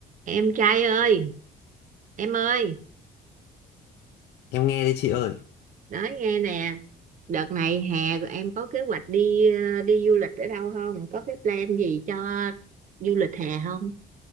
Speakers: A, on the right; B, on the left.
A: em trai ơi em ơi
B: Em nghe đi chị ơi,
A: nói nghe nè đợt này hè rồi em có kế hoạch đi ờ, đi du lịch ở đâu không có cái plan gì cho du lịch hè không